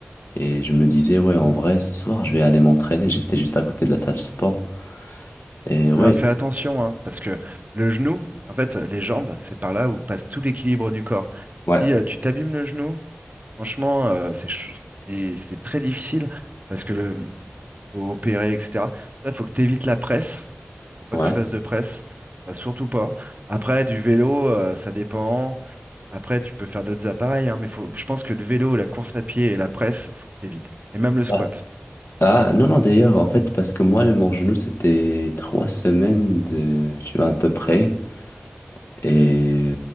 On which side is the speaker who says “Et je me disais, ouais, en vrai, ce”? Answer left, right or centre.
Left